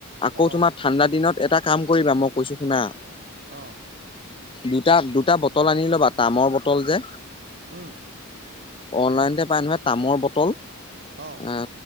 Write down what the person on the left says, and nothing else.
আকৌ
তোমাৰ ঠাণ্ডা দিনত এটা কাম কৰিবা মই কৈছো শুনা
দুটা, দুটা বটল আনি ল'বা তামৰ বটল যে
অনলাইনতে পাই নহয় তামৰ বটল
আহ